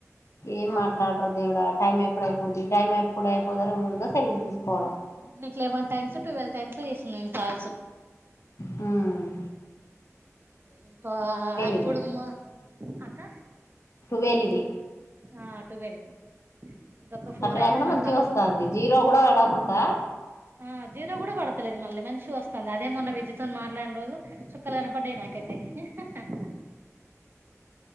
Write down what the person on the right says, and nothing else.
అవును
ఇప్పుడు నీకు లెవెన్ టైమ్స్ ట్వెల్వ్ టైమ్స్ చేస్తున్నా నేను కాల్స్
ఇంకా అప్పుడు
అక్క
ఆ ట్వెల్వ్ ఇంకొక ఫోర్
అయితే నా
కాల్స్
ఆ జీరో కూడా పడతలేదు మళ్ళీ మంచి వస్తుంది అదే మొన్న విజితుని మాట్లాని రోజు చుక్కలు కనపడ్డాయి నాక క